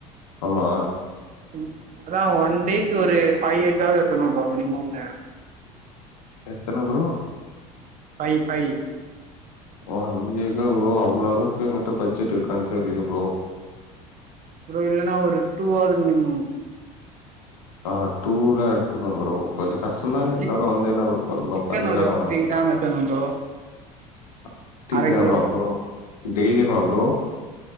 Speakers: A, on the left; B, on the right.
A: ஆமா
B: ம் அதா ஒன் டேக்கு ஒரு ஃபைவ் ஏக்காது எத்துணு ப்ரோ மினிமம்மு
A: எத்தன ப்ரோ
B: ஃபை ஃபை
A: ஆ அஞ்சு ஏக்கா ப்ரோ அவ்ளோ அளவுக்கு எங்கிட்ட பட்ஜெட் இருக்கான்னு தெரிலையே ப்ரோ
B: ப்ரோ இல்லன்னா ஒரு டூ ஆது மினிமம்
A: ஆ டூதா எடுத்துப்பே ப்ரோ கொஞ்ச கஷ்டதா இருந்தாலு
B: சிக்
A: வந்து என்ன பண்ணு
B: சிக்கன்
A: பண்ணிதா
B: ஒரு
A: ஆகணு
B: ஃபிப்டி கிராம் எத்துக்கணு ப்ரோ
A: அப்டிங்கிறமா
B: அர கிலோ
A: ப்ரோ டெய்லியுமா ப்ரோ